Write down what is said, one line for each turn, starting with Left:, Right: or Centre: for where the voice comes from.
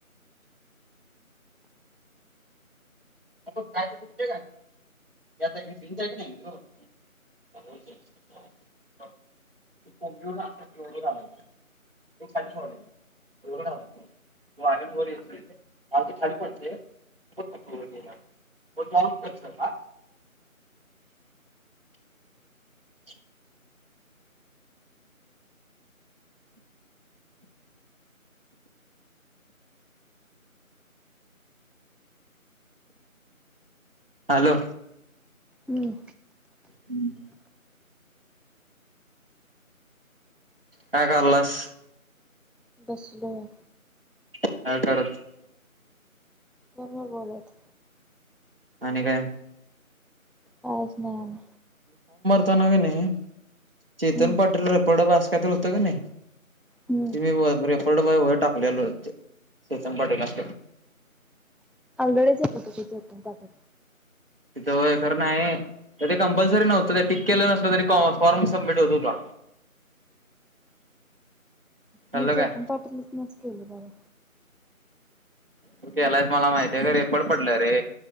Right: <inaudible> <inaudible> <inaudible> हॅलो?
Centre: हम्म.
Right: हम्म. काय करायलास?
Centre: बसलोय.
Right: काय करत?
Centre: फोन वर बोलत.
Right: आणि काय?
Centre: कायच नाही आम्ही.
Right: असताना कणी चेतन
Centre: हम्म.
Right: पाटील रेपड ब अस कायतर होत कणी?
Centre: हम्म
Right: तुम्ही <unintelligible> ड वर टाकलल चेतन पाटील अस.
Centre: गडेच होत ते चेतन पाटील.
Right: तिथं व्हय खर नाही तर ते कंपल्सरी नव्हत ते टीक केलं नसल तरी फॉर्म सबमिट होत होता. कळलं
Centre: मी
Right: काय
Centre: चेतन पाटील नाच केलं. हा.
Right: तू केलायस मला माहिती आहे रेपड पडल रे.